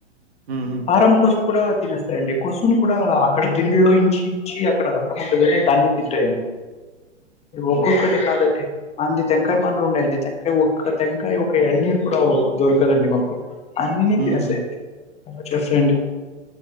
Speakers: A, on the right (about 60°); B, on the left (about 15°).
A: హ్మ్
B: ఆరం కోసు కూడా తినేస్తాయండి కొసును కూడా అక్కడ దిండ్లో ఇంచి ఇంచి అక్కడ రసం ఉంటదనే దాన్ని తింటాయండి ఒకు
A: ఓహో
B: కా అంది తెంకాయ మనలు ఉన్నాయండి తెంకాయ ఒ తెంకాయ ఒక ఎళ్ళనీరు కూడా దొరకదండి మాకు అన్నీ
A: హ్మ్
B: తనేసడి
A: హ్మ్
B: అ తరసడి